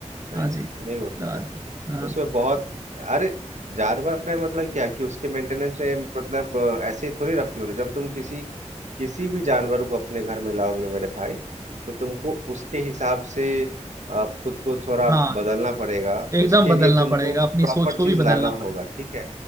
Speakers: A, on the right (about 75°); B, on the right (about 25°).
A: नहीं
B: हाँ जी
A: नहीं होता
B: हाँ
A: है
B: हाँ
A: उसमें बहुत अरे जानवर है मतलब क्या कि उसके मेंटेनेंस में मतलब अ, ऐसे ही थोड़ी रख लोगे जब तुम किसी किसी भी जानवर को अपने घर में लाओगे मेरे भाई तो तुमको उसके हिसाब से अ, खुद को थोड़ा
B: हाँ,
A: बदलना पड़ेगा
B: एकदम
A: उसके
B: बदलना
A: लिए तुमको
B: पड़ेगा
A: प्रॉपर
B: अपनी सोच को
A: चीज
B: भी बदलना
A: लाना
B: पड़ेगा
A: होगा ठीक है